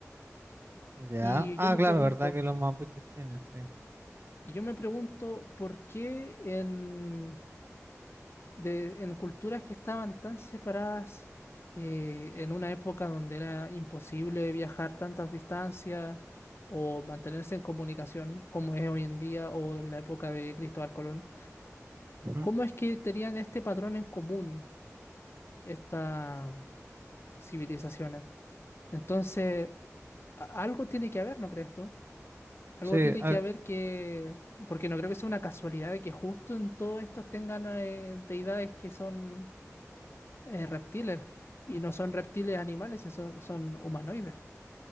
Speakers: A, on the right; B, on the left.
A: Ya.
B: Y
A: Ah,
B: yo me
A: claro,
B: pregunto,
A: ¿verdad que los mapuches tienen, sí.
B: Y yo me pregunto por qué en, de- en culturas que estaban tan separadas, eh, en una época donde era imposible viajar tantas distancias o mantenerse en comunicación como es hoy en día o en la época de Cristóbal Colón,
A: Ujú.
B: ¿cómo es que tenían este patrón en común estas civilizaciones? Entonces, a- algo tiene que haber, ¿no crees tú? Algo
A: Sí,
B: tiene
A: ah,
B: que haber que, porque no creo que sea una casualidad de que justo en todos estos tengan eh, deidades que son eh, reptiles y no son reptiles animales, son, son humanoides.